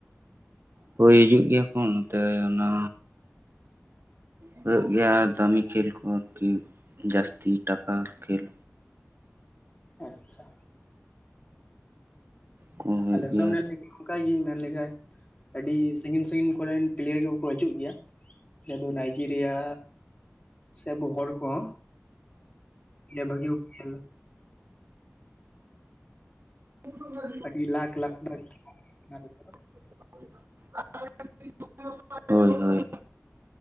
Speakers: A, on the right; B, on the left.
A: ᱦᱩᱭ ᱦᱤᱡᱩᱜ ᱜᱮᱭᱟ ᱠᱚ ᱱᱚᱛᱮ ᱚᱱᱟ ᱦᱩᱭᱩᱜ ᱜᱮᱭᱟ ᱫᱟᱹᱢᱤ ᱠᱷᱮᱞ ᱠᱚ ᱟᱨᱠᱤ ᱡᱟᱹᱥᱛᱤ ᱴᱟᱠᱟ ᱠᱷᱮᱞ᱾
B: ᱟᱪᱪᱷᱟ᱾
A: ᱠᱚ ᱦᱩᱭᱩᱜ
B: ᱟᱞᱮ <unintelligible>
A: ᱜᱮᱭᱟ
B: ᱚᱱᱠᱟᱱ ᱤᱭᱟᱹ ᱢᱮᱱ ᱞᱮᱠᱟᱱ ᱟᱹᱰᱤ ᱥᱟᱺᱜᱤᱧ ᱥᱟᱺᱜᱤᱧ ᱠᱚᱨᱮᱱ ᱯᱞᱮᱭᱟᱨ ᱜᱮ ᱠᱚ ᱦᱤᱡᱩᱜ ᱜᱮᱭᱟ᱾ ᱟᱫᱚ ᱱᱟᱭᱡᱮᱨᱤᱭᱟ ᱥᱮ ᱟᱵᱚ ᱦᱚᱲ ᱠᱚᱦᱚᱸ᱾ ᱦᱮᱸ ᱵᱷᱟᱹᱜᱤ ᱠᱚ ᱠᱷᱮᱞ᱾
A: <inaudible>
B: ᱟᱹᱰᱤ ᱞᱟᱠᱷ ᱞᱟᱠᱷ <unintelligible>
A: <inaudible> ᱦᱳᱭ ᱦᱳᱭ